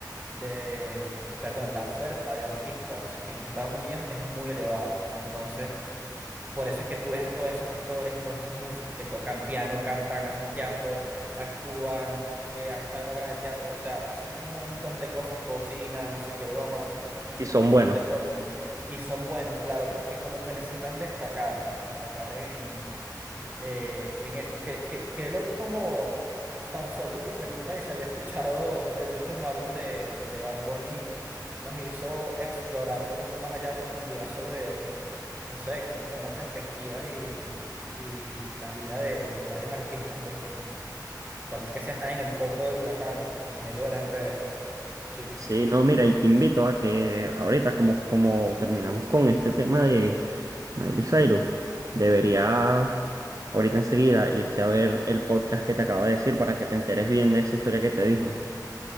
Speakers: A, on the right; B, on the right.
A: de, perdón, la oferta de artistas en Estados Unidos es muy elevada. Entonces, Por eso es que tú ves a todos esos actores y todos esos músicos que tocan piano, cantan, hacen teatro, actúan, eh, han en obras de teatro, o sea, hacen un montón de cosas, cocinan, no sé qué broma,
B: Y son
A: practican
B: buenos.
A: un deporte. Y son buenos, claro, porque como que necesitan destacar, destacar en, eh, en eso. Qué, qué, qué loco como tan solo tu pregunta y se había escuchado el último álbum de, de Bad Bunny, nos hizo explorar un poco más allá a profundidad sobre no sé, cómo serán las perspectivas y, y las vidas de, de varios artistas, pues que por más que sea, están en el foco del huracán, en el medio de las redes. Sí.
B: Sí, no, mira, y te invito a que ahorita, como, como terminamos con este tema de Miley Cyrus, deberías ahorita enseguida irte a ver el podcast que te acabo de decir para que te enteres bien de esa historia que te dije.